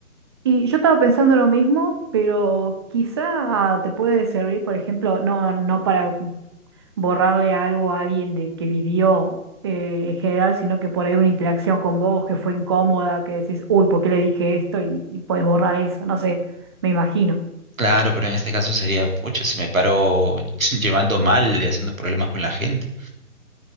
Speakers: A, on the right; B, on the right.
A: Y yo estaba pensando lo mismo, pero quizá te puede servir, por ejemplo, no, no para borrarle algo a alguien de que vivió eh, en general, sino que por ahí una interacción con vos que fue incómoda, que decís, uy, ¿por qué le dije esto? Y, y puedes borrar eso, no sé, me imagino.
B: Claro, pero en este caso sería, pucha, si me paro <laughs> llevando mal y haciendo problemas con la gente.